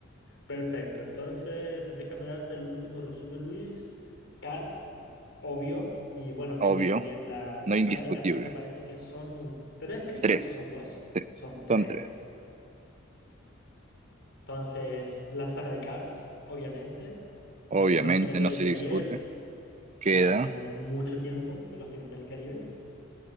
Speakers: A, on the left; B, on the right.
A: Perfecto, entonces déjame darte el último resumen, Luis. Cars, obvio. Y bueno, tengo
B: Obvio,
A: también la, la
B: no
A: saga
B: indiscutible.
A: de Cars, que me parece que son tres películas
B: Tres.
A: o son dos.
B: Sí,
A: Son tres.
B: son tres.
A: Entonces, la saga de Cars, obviamente. Eh,
B: Obviamente,
A: Los Piratas
B: no
A: del
B: se
A: Caribe,
B: discute. Queda.
A: ahí tengo mucho tiempo con Los Piratas del Caribe.